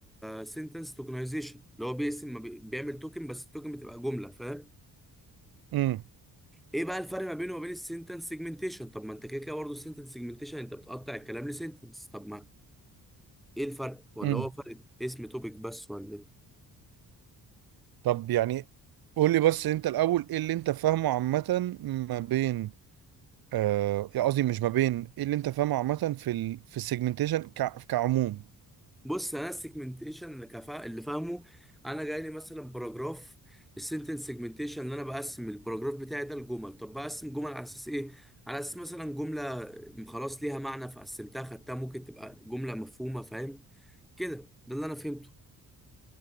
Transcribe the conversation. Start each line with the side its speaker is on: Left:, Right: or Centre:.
Centre: سنتنس توكنايزيشن اللي هو بيقسم ما بي- بيعمل توكن بس التوكن بتبقى جمله فاهم
Right: امم
Centre: ايه بقى الفرق ما بينه وما بين السنتنس سيجمنتيشن طب ما انت كده كده برضه السنتنس سيجمنتيشن انت بتقطع الكلام لسنتنس طب ما ايه الفرق ولا
Right: امم
Centre: هو فرق اسم توبيك بس ولا إيه؟
Right: طب يعني قول لي بس انت الاول ايه اللي انت فاهمه عامه ما بين آه يعني قصدي مش ما بين ايه اللي انت فاهمه عامه في ال... في السيجمنتيشن ك... كعموم
Centre: بص انا السيجمنتيشن اللي كفا... اللي فاهمه انا جاي لي مثلا باراجراف السنتنس سيجمنتيشن اللي انا بقسم الباراجراف بتاعي ده لجمل طب بقسم جمل على اساس ايه على اساس مثلا جمله خلاص ليها معنى فقسمتها خدتها ممكن تبقى جمله مفهومه فاهم كده ده اللي انا فهمته